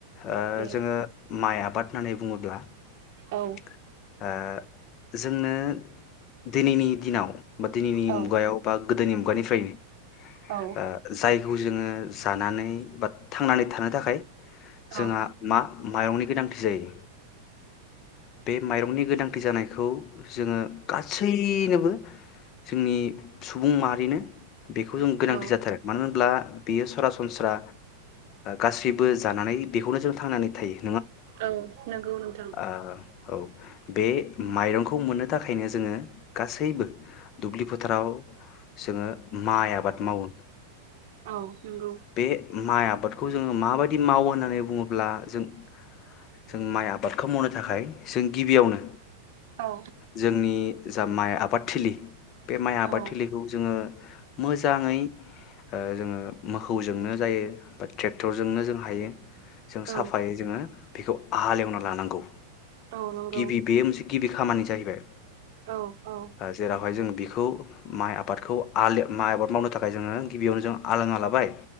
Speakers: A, on the left; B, on the right.
A: ओ
B: दे
A: जोङो माइ आबाद होननानै बुङोब्ला ओ।
B: औ
A: जोंनो दिनैनि दिनाव बा दिनैनि
B: औ
A: मुगायाव बा गोदोनि मुगानिफ्रायनो
B: औ
A: ओ जायखौ जोङो जानानै बा थांनानै थानो थाखाय जोंहा
B: औ
A: मा माइरंनि गोनांथि जायो। बे माइरंनि गोनांथि जानायखौ जोङो गासैनोबो जोंनि सुबुं माहारिनो बेखौ जों गोनांथि
B: औ
A: जाथारो मानो होनब्ला बेयो सरासनस्रा गासैबो जानानै बेखौनो जों थांनानै थायो।
B: औ नोंगौ नोंथां।
A: आ औ। बे माइरंखौ मोननो थाखायनो जोङो गासैबो दुब्लि फोथाराव जोङो माइ आबाद मावो
B: औ नंगौ
A: बे माइ आबाद बेखौ जोङो माबायदि मावो होननानै बुङोब्ला जों जों माइ आबाद खौ मावनो थाखाय जों गिबियावनो
B: औ
A: जोंनि जा माइ आबादथिलि बे माइ आबाद
B: औ
A: थिलिखौ जोङो मोजाङै जोङो मोसौजोंनो जायो बा ट्रेक्टरजोंनो जों हायो जों
B: औ
A: साफायै जोङो बेखौ हलेवना लानां गौ
B: औ नंगौ
A: गिबि बे मोनसे गिबि खामानि जाहैबाय
B: औ औ
A: ओ जेरावहाय जों बेखौ माइ आबादखौ आलि माइ आबाद मावनो थाखाय जोङो गिबियावनो जों आलाङा लाबाय